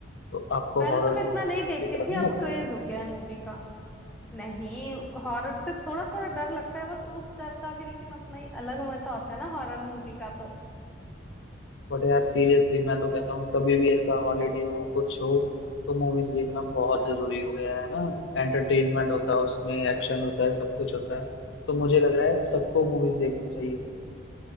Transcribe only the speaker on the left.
तो आपको
हॉरर
मूवीज
देख
के डर
नहीं
लगता
बट यार सीरियसली मैं तो कहता हूँ कभी भी ऐसा हॉलीडे हो कुछ हो तो मूवीज देखना बहुत जरूरी हो गया है ना एंटरटेनमेंट होता है उसमें एक्शन होता है सब कुछ होता है तो मुझे लग रहा है सबको मूवीज देखनी चाहिए